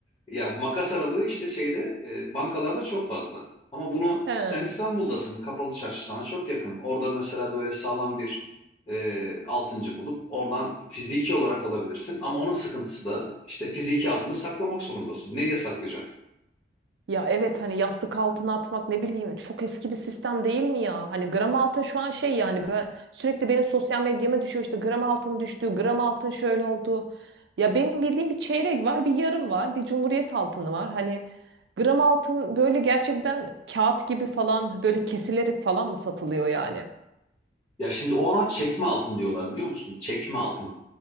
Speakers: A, on the left; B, on the right.
A: Ya makas aralığı işte şeyde e, bankalarda çok fazla. Ama bunu
B: He.
A: sen İstanbul'dasın kapalı çarşı sana çok yakın. Orada mesela böyle sağlam bir e, altıncı bulup oradan fiziki olarak alabilirsin. Ama onun sıkıntısı da işte fiziki altını saklamak zorundasın. Nereye saklayacaksın?
B: Ya evet hani yastık altına atmak ne bileyim çok eski bir sistem değil mi ya? Hani gram altın şu an şey yani ben, sürekli benim sosyal medyama düşüyor işte gram altın düştü, gram altın şöyle oldu. Ya benim bildiğim bir çeyrek var, bir yarım var, bir cumhuriyet altını var. Hani gram altın böyle gerçekten kağıt gibi falan böyle kesilerek falan mı satılıyor yani?
A: Ya şimdi ona çekme altın diyorlar biliyor musun? Çekme altın.